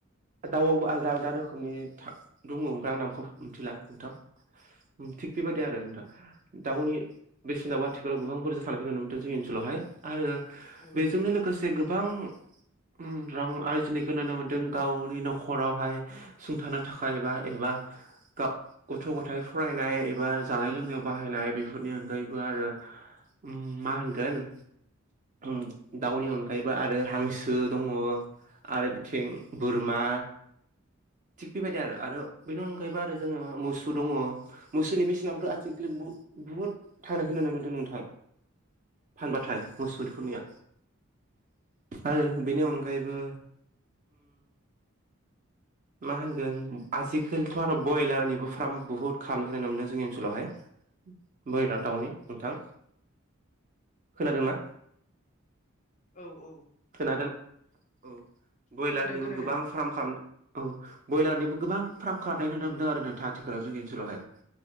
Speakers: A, on the right (about 40°); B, on the left (about 35°).
A: दाउआवबो आलदा आलदा रोखोमनि था दङ ओमफ्राय आं नामखौ मिथिला नोंथां। उम थिग बेबादि आरो नोंथां। दाउनि बेसेनाव आथिखालाव गोबां बुरजा सानायखौ नुनो मोनदों जोंनि ओनसोलावहाय आरो
B: औ
A: बेजोंनो लोगोसे गोबां उम रां आरजिनायखौ नुनो मोन्दों गावनि न'खरावहाय सुंथानो थाखायबा एबा गा गथ' गथाय फरायनाय एबा जानाय लोंनायाव बाहायनाय बेफोरनि अनगायैबो आरो उम मा होनगोन उम दाउनि अनगायैबो आरो हांसो दङ। आरो बिथिं बोरमा थिग बेबायदि आरो आरो बेनि अनगायैबो आरो जोङो मोसौ दङ मोसोनि बेसेनाबोथ'आजिखालि बु बुहुद थांनायखौ नुनो मोन्दों नोंथां फानबाथाय मोसौफोरनिया आरो बेनि अनगायैबो मा होनगोन आजिखालिथ' आरो ब्रयलारनिबो फार्म बुहुत खालामनो मोनदों जोंनि ओनसोलावहाय बोरराथावनि नोंथां खोनादोंना
B: औ औ
A: खोना दोन औ ब्रयलारनिबो
B: खोनादों खोनादों
A: गोबां फार्म खालामदों औ ब्रयलारनिबो गोबां फार्म खालामनाय नुनो मोनदों आरो नोंथां आथिखालाव जोंनि ओनसोलावहाय